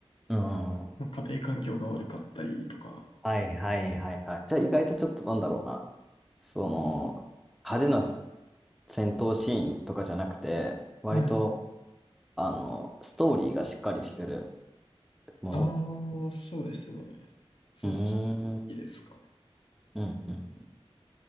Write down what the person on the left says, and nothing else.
家庭環境が悪かったりとか。
はい。
ああ、そうですね。そっち、
好きですかね。